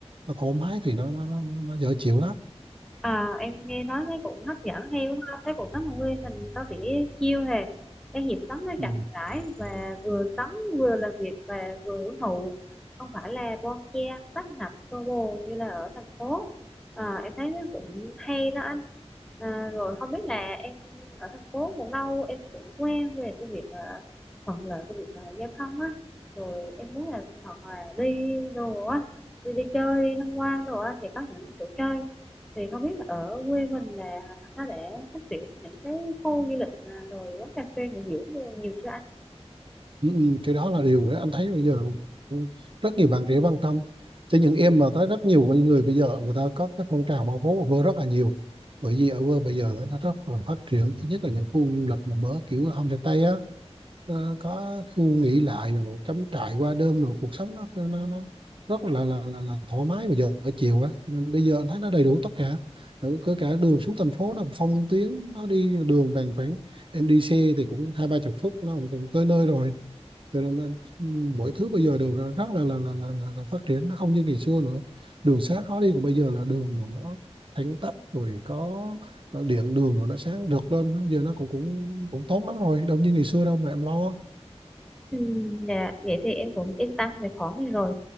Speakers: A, on the right; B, in the centre.
A: nó thoải mái thì nó nó nó nó, nó dễ chịu lắm
B: À, em nghe nói thấy cũng hấp dẫn hay quá ha. Thấy cuộc sống ở quê mình có vẻ chill hè cái nhịp sống nó
A: ừ.
B: chậm rãi và vừa sống vừa làm việc và vừa hưởng thụ không phải là bon chen tấp nập xô bồ như là ở thành phố à, em thấy nó cũng hay đó anh à, rồi không biết là em ở thành phố cũng lâu em cũng quen về cái việc ờ, thuận lợi cái việc ờ, giao thông á rồi em muốn là hoặc là đi đồ á đi, đi chơi đi tham quan đồ á thì có những chỗ chơi thì không biết là ở quê mình là nó đã phát triển những cái khu du lịch à, rồi quán cà phê nghỉ dưỡng đồ nhiều chưa anh
A: Ừ, ừ, cái đó là điều đấy anh thấy bây giờ rất nhiều bạn trẻ quan tâm cho những em mà tới rất nhiều người bây giờ người ta có các phong trào bảo phố ở vơ rất là nhiều bởi vì ở vơ bây giờ nó rất là phát triển thứ nhất là những khu du lịch mà mở kiểu homestay á nó có khu nghỉ lại rồi cắm trại qua đêm rồi cuộc sống nó nó, nó rất là là, là là thoải mái bây giờ ở chiều á Nên bây giờ anh thấy nó đầy đủ tất cả Rồi có cả đường xuống thành phố nó phong tuyến nó đi đường bằng khoảng em đi xe thì cũng hai ba chục phút nó cũng tới nơi rồi cho nên là, ừm, mọi thứ bây giờ đều là rất là là, là là là là phát triển nó không như ngày xưa nữa đường xá khó đi của bây giờ là đường rồi nó thẳng tắp rồi có ờ, điện đường rồi nó sáng rực lên giờ nó cũng cũng cũng tốt lắm rồi đâu như ngày xưa đâu mà em lo
B: Ừ, dạ, vậy thì em cũng yên tâm về khoản này rồi.